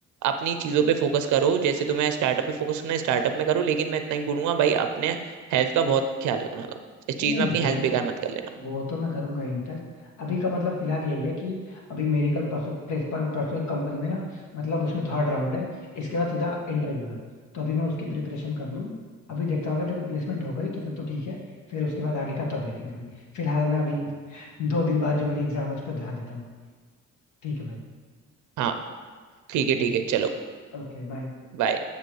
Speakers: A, on the right; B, on the left.
A: अपनी चीजों पे फोकस करो जैसे तुम्हें स्टार्टअप पे फोकस करना है स्टार्टअप में करो लेकिन मैं इतना ही बोलूंगा भाई अपने हेल्थ का बहुत ख्याल रखना तुम इस चीज
B: नहीं
A: में
B: नहीं
A: अपनी
B: वो
A: हेल्थ बेकार
B: तो
A: मत कर लेना
B: वो तो मैं करूंगा इनफैक्ट अभी का मतलब फिलहाल यही है कि अभी मेरी कल परसों प्लेस पर परसों एक कंपनी में ना मतलब उसमें थर्ड राउंड है इसके बाद सीधा इंटरव्यू है तो अभी मैं उसकी प्रिपरेशन कर लूँ अभी देखता हूँ अगर देखो प्लेसमेंट हो गई तो फिर तो ठीक है फिर उसके बाद आगे का तब देखेंगे भाई फिलहाल मैं अभी <laughs> दो दिन बाद जो मेरी एग्जाम है उस पर ध्यान देता हूँ ठीक है भाई
A: हाँ ठीक है
B: ठीक
A: ठीक है
B: है
A: चलो
B: Okay bye
A: बाय